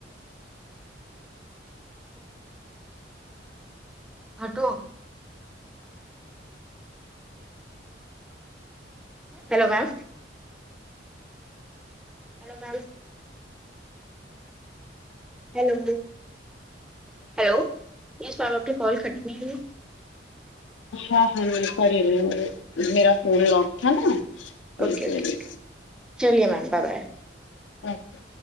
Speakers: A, in the centre; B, on the left (about 85°).
A: ہٹو hello ma'am hello ma'am hello hello yes ma'am آپ نے کال کٹ نہیں کی
B: ہاں ہاں میں کر ہی رہی ہوں میرا فون لاک تھا نا تو
A: اوکے
B: اس وجہ
A: اوکے چلیے میم بائے بائے
B: اچھا